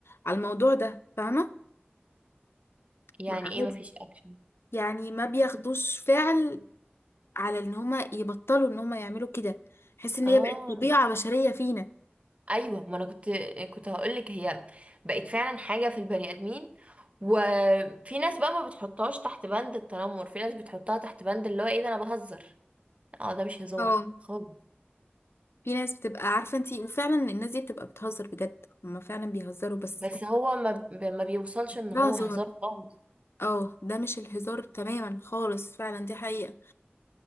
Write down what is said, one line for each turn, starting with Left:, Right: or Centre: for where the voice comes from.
Left: على الموضوع ده فاهمة؟
Right: يعني
Left: مع-
Right: ايه مفيش اكشن
Left: يعني ما بياخدوش فعل على ان هما يبطلوا ان هما يعملوا كده حس ان
Right: اه
Left: هي بقت طبيعة بشرية فينا
Right: ايوه ما انا كنت كنت هقولك هي بقت فعلا حاجة في البني آدمين وفي ناس بقى ما بتحطهاش تحت بند التنمر في ناس بتحطها تحت بند اللي هو ايه ده انا بهزر اه ده مش هزار
Left: اه
Right: خالص
Left: في ناس بتبقى عارفة انتي وفعلا الناس دي بتبقى بتهزر بجد هما فعلا بيهزروا بس
Right: بس هو ما, ب- ما بيوصلش ان
Left: ده
Right: هو
Left: هزار
Right: هزار خالص
Left: اه ده مش الهزار تماما خالص فعلا دي حقيقة